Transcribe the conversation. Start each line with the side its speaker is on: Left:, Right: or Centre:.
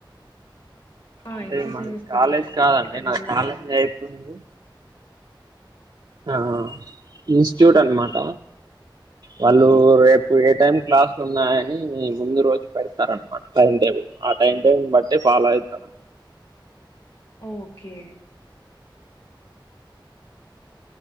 Left: ఆ
Right: అంటే
Left: ఎక్సర్సైజెస్
Right: మాది
Left: కూడా
Right: కాలేజ్
Left: చేస్తామండి
Right: కాదండి
Left: అది
Right: నాది
Left: కూడా
Right: కాలేజ్
Left: అలవాటు
Right: అయిపోంది ఆ ఇన్స్టిట్యూట్ అనమాట వాళ్ళు
Left: ఓకే
Right: రే ఏ టైం క్లాసులు ఉన్నాయని ముందు రోజు పెడతారు అనమాట టైం టేబుల్ టైం టేబుల్ బట్టి ఫాలో అవుతాం
Left: ఓకే